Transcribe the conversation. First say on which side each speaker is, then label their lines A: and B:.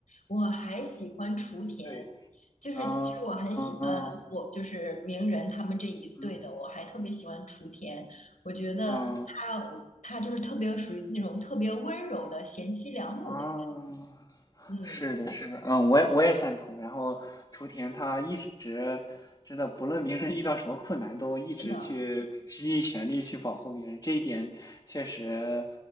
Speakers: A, on the left; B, on the left.
A: 我还喜欢雏田，
B: 对
A: 就是其实我很喜欢我就是鸣人他们这一对的，
B: 啊啊嗯
A: 我还特别喜欢雏田，我觉得他他就是特别属于那种特别温柔的贤妻良母的，
B: 啊啊，
A: 嗯，
B: 是的，是的，嗯，我也我也赞同。然后雏田他一直真的不论鸣人遇到什么困难，都一直去拼尽全力去保护鸣人，
A: 是的，
B: 这一点确实，